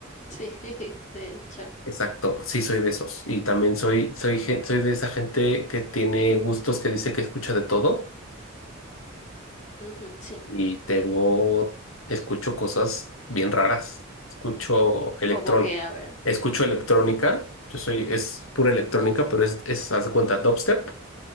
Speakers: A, on the left; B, on the left.
A: Sí, de hecho.
B: Exacto, sí soy de esos. Y también soy, soy, gen- soy de esa gente que tiene gustos que dice que escucha de todo
A: Ujú, sí,
B: y tengo, escucho cosas bien raras. Escucho electrónica,
A: como que a ver.
B: escucho electrónica, yo soy, es pura electrónica, pero es, es, haz de cuenta, dubstep.